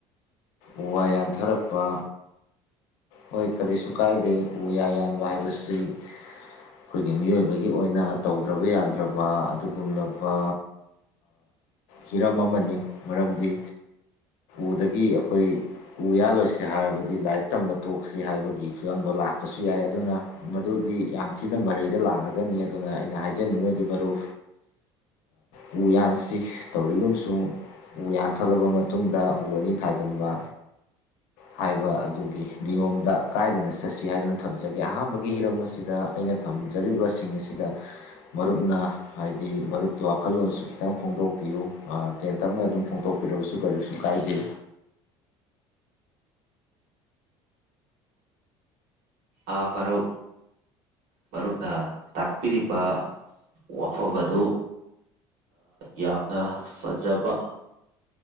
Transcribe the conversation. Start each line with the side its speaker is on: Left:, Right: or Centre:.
Left: ꯎ ꯋꯥ ꯌꯥꯟꯊꯔꯛꯄ ꯍꯣꯏ ꯀꯔꯤꯁꯨ ꯀꯥꯏꯗꯦ ꯎ ꯌꯥ ꯌꯥꯟꯕ ꯍꯥꯏꯕꯁꯤ ꯑꯩꯈꯣꯏꯒꯤ ꯃꯤꯑꯣꯏꯕꯒꯤ ꯑꯣꯏꯅ ꯇꯧꯗ꯭ꯔꯕ ꯌꯥꯗ꯭ꯔꯕ ꯑꯗꯨꯒꯨꯝꯂꯕ ꯍꯤꯔꯝ ꯑꯃꯅꯤ ꯃꯔꯝꯗꯤ ꯎꯗꯒꯤ ꯑꯩꯈꯣꯏ ꯎ ꯌꯥꯜꯂꯣꯏꯁꯤ ꯍꯥꯏꯔꯕꯗꯤ ꯂꯥꯏꯔꯤꯛ ꯇꯝꯕ ꯇꯣꯛꯁꯤ ꯍꯥꯏꯕꯒꯤ ꯐꯤꯕꯝꯗꯣ ꯂꯥꯛꯄꯁꯨ ꯌꯥꯏ ꯑꯗꯨꯅ ꯃꯗꯨꯗꯤ ꯌꯥꯝ ꯊꯤꯅ ꯃꯔꯩꯗ ꯂꯥꯡꯂꯒꯅꯤ ꯑꯗꯨꯅ ꯑꯩꯅ ꯍꯥꯏꯖꯅꯤꯡꯕꯗꯤ ꯃꯔꯨ ꯎ ꯌꯥꯟꯁꯤ ꯇꯧꯔꯤꯒꯨꯝ ꯎ ꯌꯥꯟꯊꯠꯂꯕ ꯃꯇꯨꯡꯗ ꯎ ꯑꯅꯤ ꯊꯥꯖꯤꯟꯕ ꯍꯥꯏꯕ ꯑꯗꯨꯒꯤ ꯅꯤꯌꯣꯝꯗ ꯀꯥꯏꯗꯅ ꯆꯠꯁꯤ ꯍꯥꯏꯗꯨꯅ ꯊꯝꯖꯒꯦ ꯑꯍꯥꯟꯕꯒꯤ ꯍꯤꯔꯝ ꯑꯁꯤꯗ ꯑꯩꯅ ꯊꯝꯖꯔꯤꯕꯁꯤꯡ ꯑꯁꯤꯗ ꯃꯔꯨꯞꯅ ꯍꯥꯏꯗꯤ ꯃꯔꯨꯞꯀꯤ ꯋꯥꯈꯜꯂꯣꯟꯁꯨ ꯈꯤꯇꯪ ꯐꯣꯡ ꯐꯣꯡꯗꯣꯛꯄꯤꯌꯨ ꯇꯦꯟꯇꯛꯅ ꯑꯗꯨꯝ ꯐꯣꯡꯗꯣꯛꯄꯤꯔꯕꯁꯨ ꯀꯔꯤꯁꯨ ꯀꯥꯏꯗꯦ
Right: ꯑ ꯄꯔꯣ ꯃꯔꯨꯞꯅ ꯇꯥꯛꯄꯤꯔꯤꯕ ꯋꯥꯐꯝ ꯑꯗꯨ ꯌꯥꯝꯅ ꯐꯖꯕ